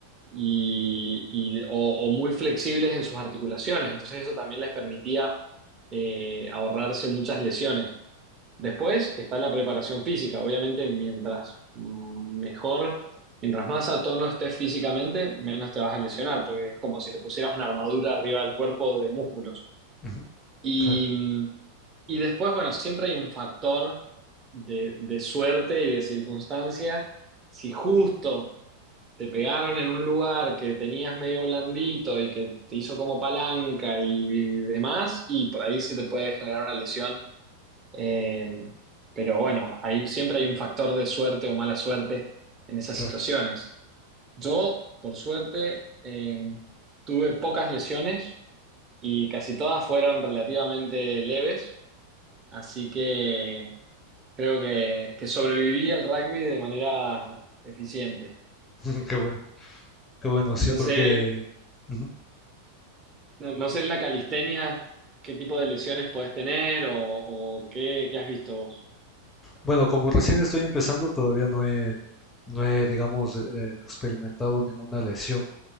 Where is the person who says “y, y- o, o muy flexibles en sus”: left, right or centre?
Right